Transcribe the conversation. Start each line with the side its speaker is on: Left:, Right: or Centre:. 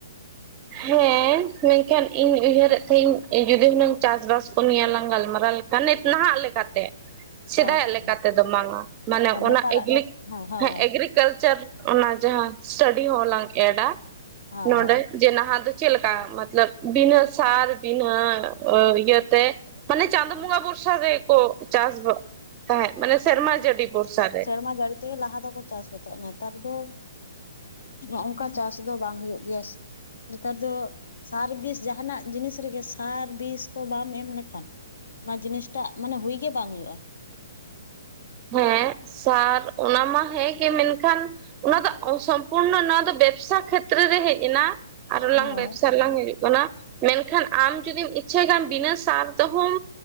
Right: ᱦᱮᱸ ᱢᱮᱱᱠᱷᱟᱱ ᱤᱧ ᱩᱭᱦᱟᱹᱨᱮᱫ ᱛᱟᱦᱮᱸᱱᱟ ᱡᱩᱫᱤ ᱦᱩᱱᱟᱹᱝ ᱪᱟᱥᱵᱟᱥ ᱠᱚ ᱱᱮᱭᱟᱞᱟᱝ ᱜᱟᱞᱢᱟᱨᱟᱣ ᱱᱤᱛ ᱱᱟᱦᱟᱜ ᱞᱮᱠᱟᱛᱮ ᱥᱮᱫᱟᱭᱟᱜ
Left: ᱟᱪᱪᱷᱟ
Right: ᱞᱮᱠᱟᱛᱮᱫᱚ ᱵᱟᱝᱟ ᱢᱟᱱᱮ
Left: ᱟᱨ
Right: ᱚᱱᱟ
Left: ᱱᱮᱛᱟᱨᱟᱜ
Right: ᱦᱮᱸ
Left: ᱱᱮ ᱦᱮᱸ
Right: ᱮᱜᱽᱨᱤᱠᱟᱞᱪᱟᱨ ᱚᱱᱟ ᱡᱟᱦᱟᱸ ᱥᱴᱟᱰᱤ ᱦᱚᱞᱟᱝ ᱮᱰᱟ
Left: ᱦᱮᱸ
Right: ᱱᱚᱰᱮ ᱡᱮ ᱪᱮᱫ ᱞᱮᱠᱟ ᱢᱚᱛᱞᱚᱵᱽ ᱛᱤᱱᱟᱹ ᱥᱟᱞ ᱛᱤᱱᱟᱹ ᱤᱭᱟᱹᱛᱮ ᱢᱟᱱᱮ ᱪᱟᱸᱫ <unintelligible> ᱵᱚᱨᱥᱟ ᱨᱮᱠᱚ ᱪᱟᱥ ᱛᱟᱦᱮᱸ ᱢᱟᱱᱮ ᱥᱮᱨᱢᱟ ᱡᱟᱹᱲᱤ ᱵᱷᱚᱨᱥᱟ ᱨᱮ
Left: ᱥᱮᱨᱢᱟ ᱡᱟᱹᱲᱤ ᱛᱮᱜᱮ ᱞᱟᱦᱟ ᱫᱚᱠᱚ ᱪᱟᱥ ᱛᱟᱦᱮᱸ ᱱᱮᱛᱟᱨ ᱫᱚ ᱚᱱᱠᱟ ᱪᱟᱥ ᱫᱚ ᱵᱟᱝ ᱦᱩᱭᱩᱜ ᱜᱮᱭᱟ᱾ ᱱᱮᱛᱟᱨ ᱫᱚ ᱥᱟᱨ ᱵᱤᱥ ᱡᱟᱦᱟᱱᱟᱜ ᱡᱤᱱᱤᱥ ᱨᱮᱜᱮ ᱥᱟᱨ ᱵᱤᱥ ᱠᱚ ᱵᱟᱢ ᱮᱢ ᱞᱮᱠᱷᱟᱱ ᱚᱱᱟ ᱡᱤᱱᱤᱥᱴᱟᱜ ᱢᱟᱱᱮ ᱦᱩᱭ ᱜᱮ ᱵᱟᱝ ᱦᱩᱭᱩᱜᱼᱟ᱾
Right: ᱦᱮᱸ ᱥᱟᱨ ᱚᱱᱟ ᱢᱟ ᱦᱮᱸᱜᱮ ᱢᱮᱱᱠᱷᱟᱱ ᱚᱱᱟ ᱫᱚ ᱥᱚᱢᱯᱩᱨᱱᱚ ᱱᱚᱣᱟ ᱫᱚ ᱵᱮᱵᱥᱟ ᱠᱷᱮᱛᱨᱮ ᱵᱷᱤᱛᱨᱤ ᱨᱮ ᱦᱮᱡ ᱮᱱᱟ ᱟᱨᱚ
Left: ᱦᱳᱭ
Right: ᱞᱟᱝ ᱵᱮᱵᱽᱥᱟ ᱨᱮ ᱞᱟᱝ ᱦᱤᱡᱩᱜ ᱠᱟᱱᱟ ᱢᱮᱱᱠᱷᱟᱱ ᱟᱢ ᱡᱩᱫᱤᱢ ᱤᱪᱪᱷᱟᱹᱭ ᱠᱷᱟᱱ ᱵᱤᱱᱟᱹ ᱥᱟᱨ ᱛᱮᱦᱚᱢ